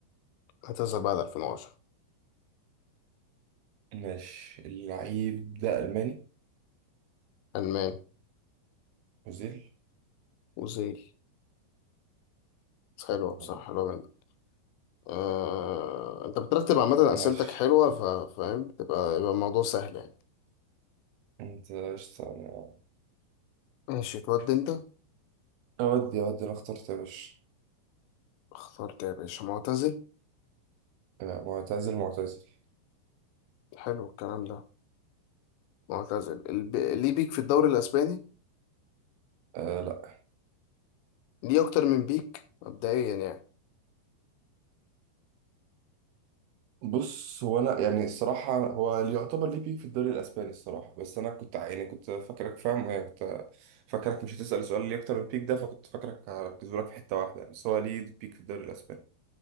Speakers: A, on the left; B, on the right.
A: اعتزل بعد 2010
B: ماشي اللعيب ده ألماني
A: الماني
B: أوزيل
A: اوزيل حلوة
B: الله
A: بصراحة
B: يبارك.
A: حلوة جدا آه... انت بترتب عامة
B: ماشي
A: اسئلتك حلوة ف... فاهم تبقى يبقى الموضوع سهل يعني
B: أنت قشطة أنا
A: ماشي تودي انت
B: أودي أودي أنا اخترت يا باشا
A: اخترت يا باشا معتزل
B: آه، معتزل معتزل
A: حلو الكلام ده معتزل الب... ليه بيك في الدوري الاسباني
B: أه لا
A: ليه اكتر من بيك مبدئيا يعني
B: بص هو أنا يعني الصراحة هو اللي يعتبر ليه بيك في الدوري الأسباني الصراحة بس أنا كنت يعني كنت فاكرك فاهم يعني كنت فاكرك مش هتسأل سؤال ليه أكتر من بيك ده فكنت فاكرك هركزه لك في حتة واحدة يعني. بس هو ليه بيك في الدوري الأسباني